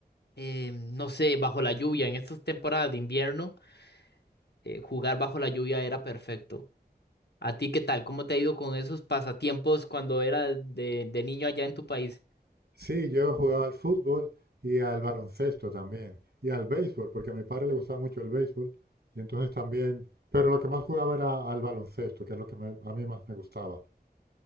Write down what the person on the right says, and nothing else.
Sí, yo jugaba al fútbol y al baloncesto también, y al béisbol, porque a mi padre le gustaba mucho el béisbol, y entonces también, pero lo que más jugaba era al baloncesto, que es lo que me- a mí más me gustaba.